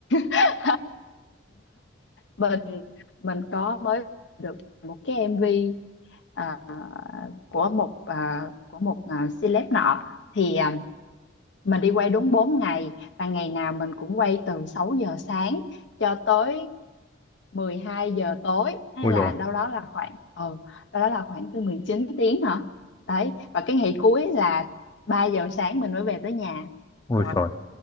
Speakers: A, on the left (about 65°); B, on the left (about 20°).
A: <laughs> mình mình có mới được một cái MV à, của một à, của một à, celeb nọ thì à, mình đi quay đúng bốn ngày và ngày nào mình cũng quay từ 6 giờ sáng cho tới mười hai giờ tối hay
B: ui
A: là
B: rồi
A: đâu đó là khoảng ừ, đâu đó là khoảng tới 19 tiếng hả đấy và cái ngày cuối là 3 giờ sáng mình mới về tới nhà
B: ui
A: rồi
B: rồi